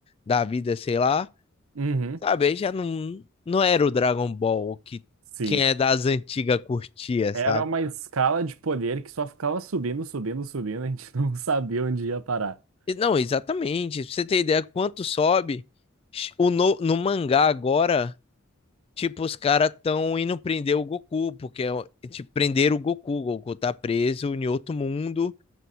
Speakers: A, on the left; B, on the right.
A: da vida, sei lá.
B: Uhum,
A: Sabe, aí já não, não era o Dragon Ball que
B: sim.
A: quem é das antigas curtia, sabe?
B: Era uma escala de poder que só ficava subindo, subindo, subindo. A gente não <laughs> sabia onde ia parar. <laughs>
A: E Não, exatamente. Pra você ter ideia, quanto sobe, o no, no mangá agora Tipo, os caras tão indo prender o Goku, porque é, tipo, prenderam o Goku. O Goku tá preso em outro mundo